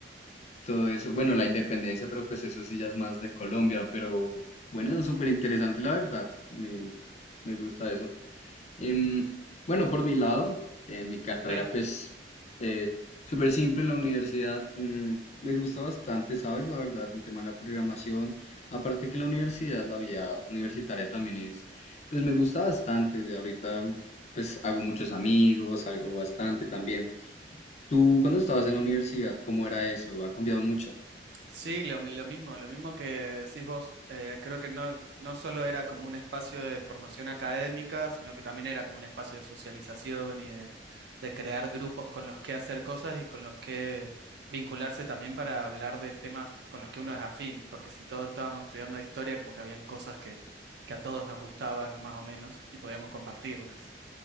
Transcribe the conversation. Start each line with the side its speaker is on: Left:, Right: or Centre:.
Left: todo eso. Bueno, la independencia, pero pues eso sí ya es más de Colombia, pero bueno, es súper interesante la verdad. Me, me gusta eso. Em, bueno, por mi lado, eh, mi carrera
Right: Sí.
Left: pues eh, súper simple en la universidad. mm, me gusta bastante, ¿sabes? La verdad, el tema de la programación. Aparte que la universidad, la vida universitaria también es, pues me gusta bastante. De ahorita pues hago muchos amigos, algo bastante también. ¿Tú cuando estabas en la universidad, cómo era eso? ¿Ha cambiado mucho?
Right: Sí, lo, mi- lo mismo, lo mismo que decís vos. Eh, creo que no, no solo era como un espacio de formación académica, sino que también era como un espacio de socialización y de, de crear grupos con los que hacer cosas y con los que vincularse también para hablar de temas con los que uno es afín, porque si todos estábamos estudiando historia, como que habían cosas que, que a todos nos gustaban más o menos y podíamos compartirlas.